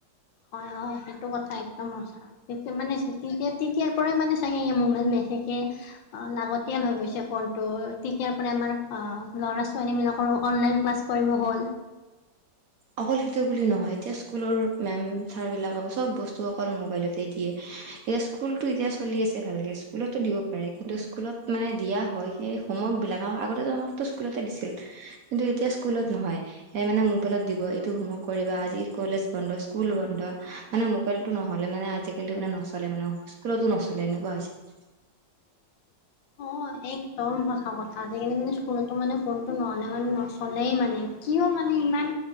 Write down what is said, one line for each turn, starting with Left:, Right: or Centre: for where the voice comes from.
Left: হয় হয় সেইটো কথা একদম হছা তেতিয়াৰ পৰাই মানে চাগে মোমবাইল। ঠিকেই আ লাগতিয়াল হৈ গৈছে ফোনতটো তেতিয়াৰ পৰা আমাৰ আ ল'ৰা ছোৱালী বিলাকৰ। অ অনলাইন ক্লাছ কৰিব হ'ল।
Right: অকল সেইটো বুলি নহয় এতিয়া স্কুলৰ মেম চাৰ বিলাকেও চব বস্তু অকল মোবাইলতে দিয়ে। এতিয়া স্কুলতো এতিয়া চলি আছে ভালকে স্কুলতো দিব পাৰে কিন্তু স্কুলত মানে দিয়া হয় সে হুমৱক বিলাক আও আগতে জানো আমকটো স্কুলতে দিছিল কিন্তু এতিয়া স্কুলত নহয় হে মানে মোবাইলত দিব। এইটো হুমৱক কৰিবা আজি কলেজ বন্ধ স্কুল বন্ধ মানে মোবাইলটো নহ'লে মানে আজিকালি মানে আজি কালি নহয়ে নচলে মানে স্কুলতো নচলে এনেকোৱা হৈছে।
Left: <inaudible> অ একদম সঁচা কথা হেই খিনি মানে স্কুলতো মানে ফোনটো নহ'লে মানে নচলেই মানে কি কিয় মানে ইমান